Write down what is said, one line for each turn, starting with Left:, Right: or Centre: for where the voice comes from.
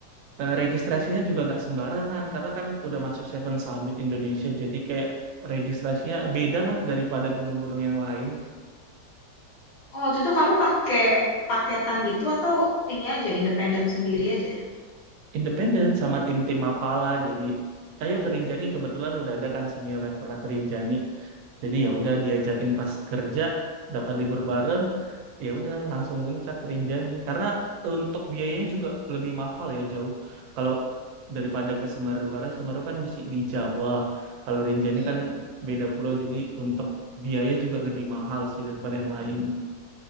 Right: Eh, registrasinya juga nggak sembarangan karena kan udah masuk Seven Summit Indonesia jadi kayak registrasinya beda lah daripada gunung-gunung yang lain
Left: Oh, waktu itu kamu pakai paketan gitu atau ini aja independen sendiri aja?
Right: independen sama tim-tim Mapala jadi ayo ke Rinjani kebetulan udah ada kan senior yang pernah ke Rinjani Jadi ya udah diajakin pas kerja dapat libur bareng, ya udah langsung muncak ke Rinjani karena untuk biayanya juga lebih mahal ya jauh kalau daripada ke Semeru karena Semeru kan masih di Jawa. Kalau Rinjani
Left: Hmm.
Right: kan beda pulau jadi untuk biaya juga lebih mahal sih daripada yang lain.